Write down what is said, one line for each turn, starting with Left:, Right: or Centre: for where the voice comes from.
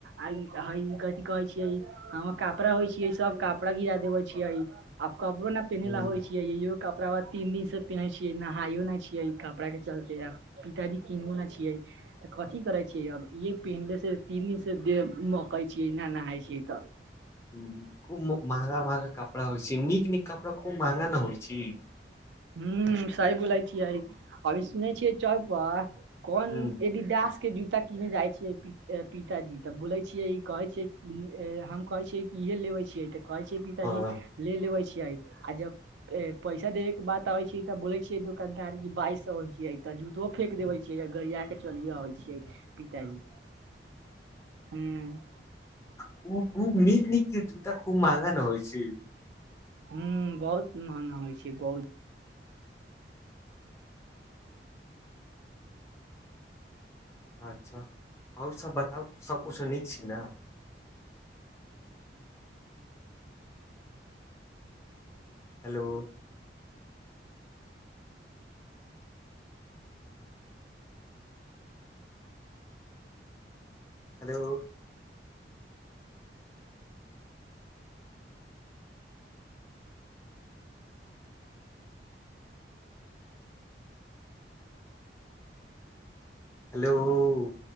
Right: आई हइ कहै छियै हम कपड़ा होइ छियै सब कपड़ा गिरा देबे छियैइ। आब कपड़ो न पेनीहिला
Left: हूँ
Right: होइ छियै, इहो कपड़ा बा तीन दिन से पिनहइ छियै, नहाइयो नै छिये, इ कपड़ा के चलते। आब पिताजी के मोना छिये। तऽ कथी करै छियै अब ई पीहिनले से तीन दिन से देह महकई छियै, ना नहाय छियै तऽ।
Left: हुं- हुं, खूब महंगा- महंगा कपड़ा होइ छै, नीक नीक कपड़ा खूब महगा न होइ छै।
Right: हूं सही बोलै छिय, अभी सुनै छिय चौक पर कौन
Left: हूँ
Right: एडी दास के जूता किने जाइ छिय पि पिताजी, तऽ बोलै छिय कहै छिय की हम कहै छिय इहे लेबै छिय तऽ कहै छिय पिताजी
Left: हँ
Right: ले लेबै छिय आ जब पैसा देबैके बाद तबे छिय तऽ बोले छीय, दुकानदार की बाइस सौ होइ छिय, त जूतो फेक देवे छियै या गरिया के चलियो आबे छिय पिताजी हुंउ
Left: खु - खूब नीक- नीक जूता खूब महंगा ना होइ छै।
Right: हुं बहुत मंहगा होइ छै बहुत।
Left: अच्छा और सब बताउ सब कुस नीक छी न। Hello hello hello